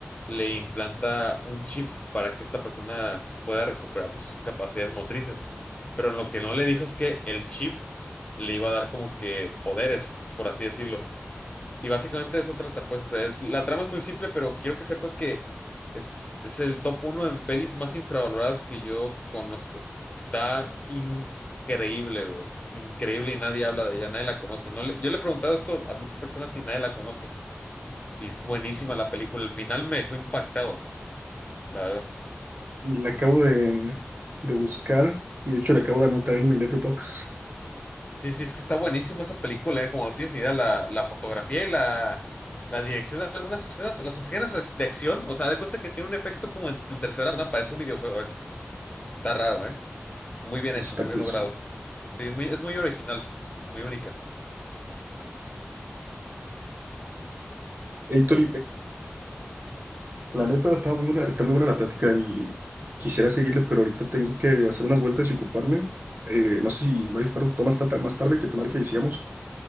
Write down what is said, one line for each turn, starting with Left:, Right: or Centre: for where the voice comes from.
Left: le implanta un chip para que esta persona pueda recuperar pues, sus capacidades motrices. Pero lo que no le dijo es que el chip le iba a dar como que poderes, por así decirlo. Y básicamente eso trata, pues, es, la trama es muy simple, pero quiero que sepas que es, es el top uno en pelis más infravaloradas que yo conozco. Está increíble, güey. Increíble y nadie habla de ella, nadie la conoce. No le- yo le he preguntado esto a muchas personas y nadie la conoce. Y es buenísima la película. El final me dejó impactado, la verdad.
Right: La acabo de, de buscar y de hecho la acabo de anotar en mi letterbox.
Left: Sí, sí, es que está buenísima esa película, eh, Como no tienes ni idea, la, la fotografía y la, la dirección de algunas escenas, las escenas de acción, o sea, de cuenta que tiene un efecto como en, en tercera persona, parece un videojuego a veces. Está raro, ¿eh? Muy bien
Right: Eso
Left: hecho,
Right: está
Left: muy
Right: curioso.
Left: bien logrado. Sí, es muy, es muy original, muy única.
Right: Héctor, La neta está muy buena, está muy buena la plática y quisiera seguirle, pero ahorita tengo que hacer unas vueltas y ocuparme. Eh, no sé si vais a estar ocupado más, tarde más tarde que te marque y sigamos.